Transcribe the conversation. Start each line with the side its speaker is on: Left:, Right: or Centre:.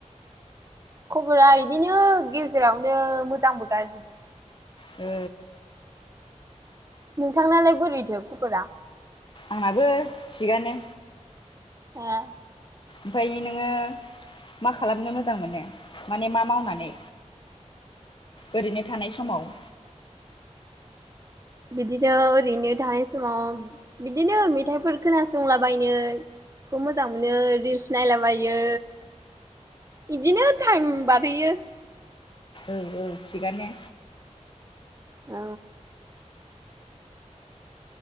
Right: खबरा इदिनो गेजेरावनो मोजांबो गाज्रिबो।
Left: ओ
Right: नोंथांनालाय बोरैथो खबरा?
Left: आंनाबो थिगानो।
Right: आ
Left: ओमफायो नोङो मा खालामनो मोजां मोनो माने मा मावनानै? ओरैनो थानाय समाव।
Right: बिदिनो ओरैनो थानाय समाव बिदिनो मेथाइफोर खोनासंलाबायनो। खौ मोजां मोनो रिल्स नायलाबायो। बिदिनो टाइम बारहोयो।
Left: औ औ थिगानो
Right: औ।